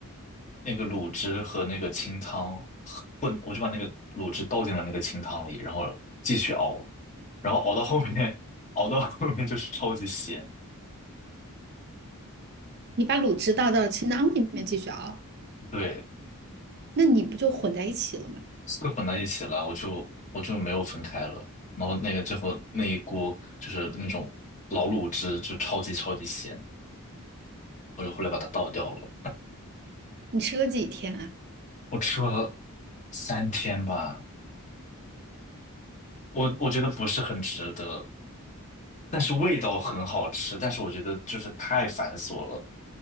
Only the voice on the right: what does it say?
你把卤汁倒到清汤里面继续熬，
那你不就混在一起了吗？
你吃了几天啊？